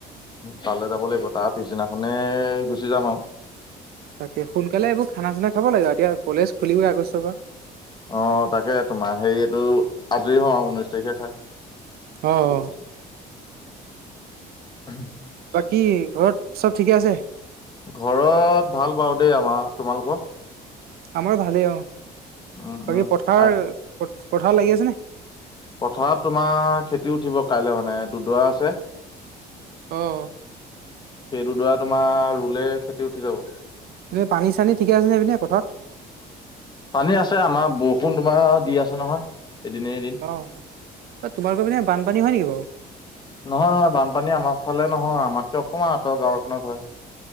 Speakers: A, on the left; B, on the right.
A: তালৈ যাব লাগিব, তাৰ পিছদিনাখনে গুচি যাম আৰু।
B: তাকে সোনকালে এইবোৰ খানা চানা খাব লাগে, আৰু এতিয়া কলেজ খুলিবই আগষ্টৰ পৰা।
A: অ', তাকে তোমাৰ হেৰিটো আজৰি হও ঊনৈশ তাৰিখে খাই,
B: অ
A: পিছ
B: অ
A: <inaudible>
B: বাকী ঘৰত চব ঠিকে আছে?
A: ঘৰত ভাল পাও দেই, আমাৰ তোমালোকক।
B: আমাৰ ভালেই অ'
A: উম উম
B: বাকী পথাৰ-পথাৰ
A: আ
B: লাগি আছে নে।
A: পথাৰত তোমাৰ খেতি উঠিব কাইলৈ মানে দুদৰা আছে।
B: অ'।
A: সেইটো দৰা তোমাৰ ৰুলে খেতি উঠি যাব।
B: এই পানী চানী ঠিক আছেনে, এই পিনে পথাৰত।
A: পানী আছে আমাৰ, বৰষুণ তোমাৰ দি আছে নহয়। এদিনে এদিন
B: অ', এ তোমালোকৰ পিনে বানপানী হয় নেকি বাৰু?
A: নহয়, বানপানী আমাৰ ফালে নহয়। আমাতকে অকণমান আঁতৰ গাঁওখনত হয়।